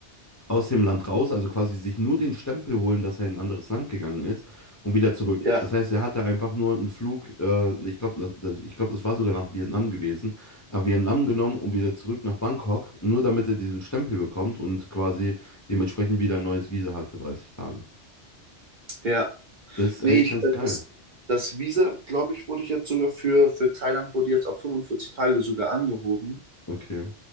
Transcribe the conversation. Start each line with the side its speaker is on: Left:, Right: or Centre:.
Left: aus dem Land raus, also quasi sich nur den Stempel holen, dass er in ein anderes Land gegangen ist und wieder zurück.
Right: ja,
Left: Das heißt, er hatte einfach nur einen Flug, äh, ich glaube, das, das, ich glaub, das war sogar nach Vietnam gewesen, nach Vietnam genommen und wieder zurück nach Bangkok, nur damit er diesen Stempel bekommt und quasi dementsprechend wieder ein neues Visa hat für 30 Tage.
Right: ja.
Left: Das ist
Right: Nee,
Left: eigentlich
Right: ich,
Left: ganz
Right: äh,
Left: geil.
Right: das, das Visa, glaube ich, wurde jetzt sogar für, für Thailand wurde jetzt auf 45 Tage sogar angehoben.
Left: Okay,